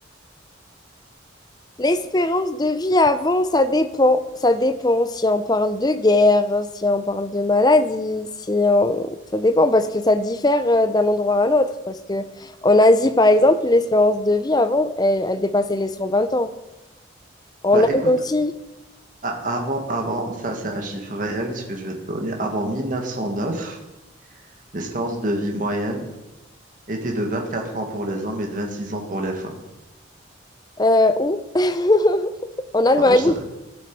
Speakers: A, on the left; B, on the right.
A: L'espérance de vie avant, ça dépend. Ça dépend si on parle de guerre, si on parle de maladie, si on- ça dépend parce que ça diffère euh, d'un endroit à un autre. Parce que en Asie, par exemple, l'espérance de vie avant, elle, elle dépassait les cent vingt ans. En
B: Bah, écoute,
A: Inde aussi,
B: a- avant, avant, ça c'est un chiffre réel, ce que je vais te donner. Avant 1909, l'espérance de vie moyenne était de 24 ans pour les hommes et de 26 ans pour les femmes.
A: euh, où? <laughs> En Allemagne.
B: Alors, je sais-